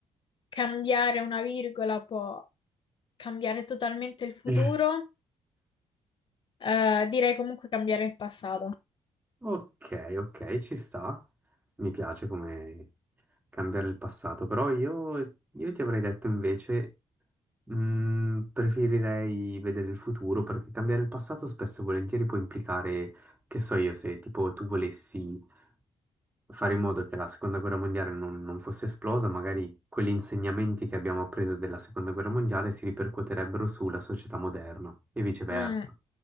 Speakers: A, on the left; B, on the right.
A: cambiare una virgola può cambiare totalmente il futuro,
B: <laughs>
A: eh, direi comunque cambiare il passato.
B: Ok, ok, ci sta. Mi piace come cambiare il passato, però io, io ti avrei detto invece, mm, preferirei vedere il futuro perché cambiare il passato spesso e volentieri può implicare, che so io, se tipo tu volessi fare in modo che la seconda guerra mondiale non, non fosse esplosa, magari quegli insegnamenti che abbiamo appreso della seconda guerra mondiale si ripercuoterebbero sulla società moderna e viceversa.
A: Mm,